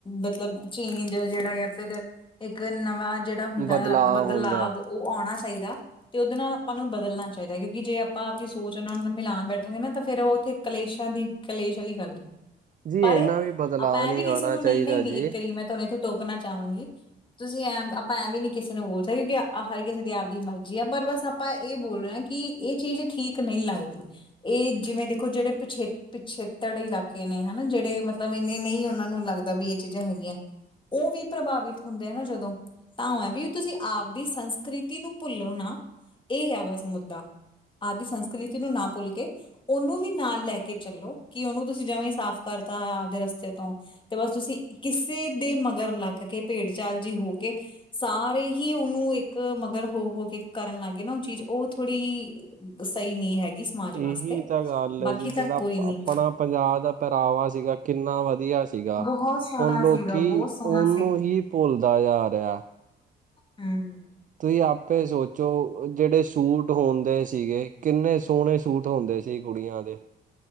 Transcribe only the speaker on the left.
ਮਤਲਬ ਚੇਂਜ ਆ ਜਿਹੜਾ ਫਿਰ ਇੱਕ ਨਵਾਂ ਜਿਹੜਾ ਹੁੰਦਾ
ਐ ਬਦਲਾਵ,
ਉਹ ਆਉਣਾ ਚਾਹੀਦਾ। ਤੇ ਉਹਦੇ ਨਾਲ ਆਪਾਂ ਨੂੰ ਬਦਲਣਾ ਚਾਹੀਦਾ, ਕਿਉਂਕਿ ਜੇ ਆਪਾਂ ਆਪਦੀ ਸੋਚ ਉਹਨਾਂ ਨਾਲ ਮਿਲਾਨਉਣ ਬੈਠਾਂਗੇ ਨਾ ਤਾਂ ਫੇਰ ਉਹ ਉੱਥੇ ਕਲੇਸ਼ਾਂ ਦੀ ਕਲੇਸ਼ ਵਾਲੀ ਗੱਲ ਹੈ
ਪਰ
ਆਪਾਂ
ਐ ਵੀ ਕਿਸੇ
ਨੂੰ
ਨਹੀਂ ਨਹੀਂ ਨਹੀਂ
ਇੱਕੀ ਮੈਂ ਤੁਹਾਨੂੰ ਇੱਥੇ ਟੋਕਣਾ ਚਾਵਾਂਗੀ। ਤੁਸੀਂ ਐਂ ਆਪਾਂ ਐਂ ਵੀ ਨੀ ਕਿਸੇ ਨੂੰ ਬੋਲ ਸਕਦੇ, ਕਿਉਂਕਿ ਹਰ ਕਿਸੇ ਦੀ ਆਪ ਦੀ ਮਰਜ਼ੀ ਆ ਪਰ ਬਸ ਆਪਾਂ ਇਹ ਬੋਲ ਰਹੇ ਹਾਂ ਕਿ ਇਹ ਚੀਜ਼ ਠੀਕ ਨਹੀਂ ਲੱਗਦੀ, ਇਹ ਜਿਵੇਂ ਦੇਖੋ ਜਿਹੜੇ ਪਿੱਛੇ ਪਿੱਛੇਤੜ ਇਲਾਕੇ ਨੇ, ਹਨਾ ਜਿਹੜੇ ਮਤਲਬ ਇੰਨੇ ਨਹੀਂ ਉਹਨਾਂ ਨੂੰ ਲੱਗਦਾ ਵੀ ਇਹ ਚੀਜ਼ਾਂ ਹੈਗੀਆਂ। ਉਹ ਵੀ ਪ੍ਰਭਾਵਿਤ ਹੁੰਦੇ ਆ ਨਾ ਜਦੋਂ ਤਾਂ ਹੋ ਵੀ ਤੁਸੀਂ ਆਪਦੀ ਸੰਸਕ੍ਰਿਤੀ ਨੂੰ ਭੁੱਲੋ ਨਾ, ਇਹ ਹੈ ਬਸ ਮੁੱਦਾ ਆਪਦੀ ਸੰਸਕ੍ਰਿਤੀ ਨੂੰ ਨਾ ਭੁੱਲ ਕੇ, ਉਹਨੂੰ ਵੀ ਨਾਲ ਲੈ ਕੇ ਚੱਲੋ ਕਿ ਉਹਨੂੰ ਤੁਸੀਂ ਜਵੇ ਹੀ ਸਾਫ਼ ਕਰਤਾ ਆਪਦੇ ਰਸਤੇ ਤੋਂ ਤੇ ਬਸ ਤੁਸੀਂ ਕਿਸੇ ਦੇ ਮਗਰ ਲੱਗ ਕੇ ਭੇੜ ਚਾਲ ਜੀ ਹੋ ਕੇ ਸਾਰੇ ਹੀ ਉਹਨੂੰ ਇੱਕ ਮਗਰ ਹੋ ਹੋ ਕੇ ਕਰਨ ਲੱਗ ਗਏ ਨਾ ਉਹ ਚੀਜ਼, ਉਹ ਥੋੜ੍ਹੀ ਸਹੀ ਨਹੀਂ ਹੈਗੀ। ਸਮਾਜ ਵਾਸਤੇ
ਬਾਕੀ
ਤਾਂ
ਕੋਈ ਨੀ
ਬਹੁਤ ਸੋਹਣਾ
ਸੀਗਾ ਬਹੁਤ ਸੋਹਣਾ
ਹੂ ਹੂ